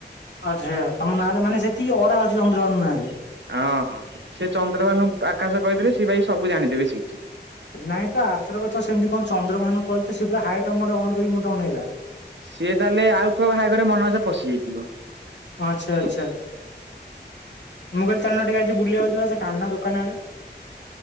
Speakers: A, on the left; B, on the right.
A: ଆଛା, ତମ ନା ଟା ମାନେ ସେତିକି, ଅରା ଅଛି ଚନ୍ଦ୍ରଭାନୁ ନାରେ।
B: ଅଁ ହଁ, ସେ ଚନ୍ଦ୍ରଭାନୁ, ଆକାଶ କହିଦେଲେ ସେ ଭାଇ ସବୁ ଜାଣିଦେବେ ସେଇଠି।
A: ନାଇଁ ତ, ଆରଥରକ ତ ସେମିତି କଣ ଚନ୍ଦ୍ରଭାନୁ କହିଲି ତ, ସିଏ ପୁରା ହାଇଟ ମୋଡ଼ ଅନ୍ କରିକି ମୋତେ ଅନେଇଲା।
B: ସିଏ ତାହଲେ ଆଉ କୋବାହାଘରେ ମନ ଇଛା ପଶିଯାଇଥିବ?
A: ଆଛା, ଆଛା। ମୁଁ କହିଲି ଚାଲୁନ ଟିକେ ଆଜି ବୁଲିବାକୁ ଯିବା, ସେ କାହ୍ନା ଦୋକାନ ଆଡ଼େ।